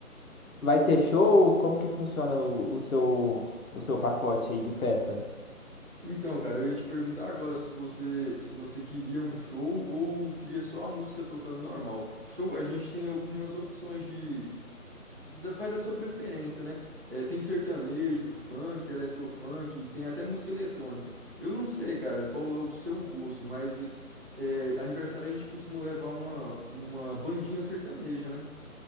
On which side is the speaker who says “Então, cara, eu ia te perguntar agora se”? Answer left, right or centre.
Right